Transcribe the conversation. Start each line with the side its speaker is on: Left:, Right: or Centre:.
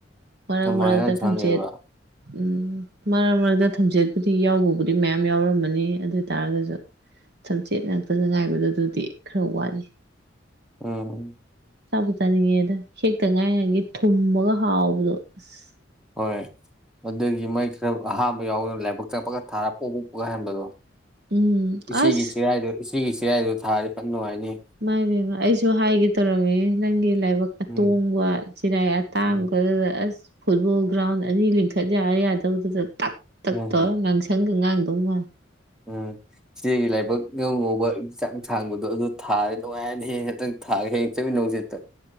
Right: ꯃꯔꯛ
Centre: ꯊꯝꯕꯥꯜ
Right: ꯃꯔꯛꯇ
Centre: ꯌꯥꯝ ꯁꯥꯠꯂꯦꯕ
Right: ꯊꯝꯆꯦꯠ ꯎꯝ ꯃꯔꯛ ꯃꯔꯛꯇ ꯊꯝꯖꯦꯠꯄꯨꯗꯤ ꯌꯥꯎꯕꯕꯨꯗꯤ ꯃꯌꯥꯝ ꯌꯥꯎꯔꯝꯃꯅꯤ ꯑꯗꯨ ꯑꯣꯏ ꯇꯔꯒꯁꯨ ꯊꯝꯆꯦꯠ ꯉꯥꯛꯇꯒ ꯉꯥꯏꯕꯗꯨ ꯑꯗꯨꯗꯤ ꯈꯔ ꯋꯥꯠꯂꯤ
Centre: ꯎꯝ
Right: ꯆꯥꯕꯨ ꯆꯥꯅꯤꯡꯉꯦꯗ ꯍꯦꯛꯇ ꯉꯥꯏꯔꯤꯉꯩꯒꯤ ꯊꯨꯝꯃꯒ ꯍꯥꯎꯕꯗꯣ ꯑꯁ
Centre: ꯍꯣꯏ ꯑꯗꯨꯒꯤ ꯃꯣꯢ ꯈꯔ ꯑꯍꯥꯟꯕ ꯌꯥꯎꯕ ꯂꯥꯏꯕꯛ ꯀꯛꯄꯒ ꯊꯥꯔ ꯄꯣꯛ ꯄꯨꯒ ꯍꯟꯕꯗꯣ
Right: ꯎꯝ
Centre: ꯏꯆꯦꯒꯤ
Right: ꯑꯁ
Centre: ꯆꯤꯔꯥꯏꯗꯨ ꯏꯆꯦꯒꯤ ꯆꯤꯔꯥꯏꯗꯨ ꯊꯥꯔꯗꯤ ꯐꯅ ꯅꯨꯡꯉꯥꯏꯅꯤꯍꯦ
Right: ꯃꯥꯏꯕꯦꯝꯃ ꯑꯩꯁꯨ ꯍꯥꯏꯒꯦ ꯇꯧꯔꯝꯃꯤꯅꯤ ꯅꯪꯒꯤ ꯂꯥꯏꯕꯛ ꯑꯇꯣꯡꯕ
Centre: ꯎꯝ
Right: ꯆꯤꯔꯥꯏ ꯑꯇꯥꯡꯕꯗꯨꯗ
Centre: ꯎꯝ
Right: ꯑꯁ ꯐꯨꯠꯕꯣꯜ ꯒ꯭ꯔꯥꯎꯟ ꯑꯅꯤ ꯂꯤꯡ ꯈꯠ ꯌꯥꯔ ꯌꯥꯗꯧꯗꯨꯗ ꯇꯛ
Centre: ꯎꯝ
Right: ꯇꯛꯇꯧꯔ
Centre: ꯎꯝ
Right: ꯉꯥꯡꯁꯪꯒ ꯉꯥꯡꯗꯧ ꯃꯥꯜꯂꯤ
Centre: ꯎꯝ ꯏꯆꯦꯒꯤ ꯂꯥꯏꯕꯛ ꯉꯧ ꯉꯧꯕ ꯆꯥꯡ ꯁꯥꯡꯕꯗꯣ ꯑꯗꯨ ꯊꯥꯔ ꯅꯨꯡꯉꯥꯏꯅꯍꯦ ꯍꯦꯛꯇꯪ ꯊꯥꯔꯦ ꯍꯌꯦꯡ ꯆꯠꯃꯤꯟꯅꯧꯖꯦ ꯑꯝꯇ